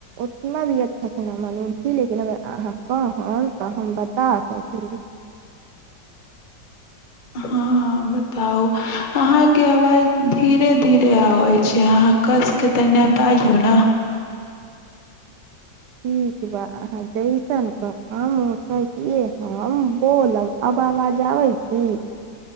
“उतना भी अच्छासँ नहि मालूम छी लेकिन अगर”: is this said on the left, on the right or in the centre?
Right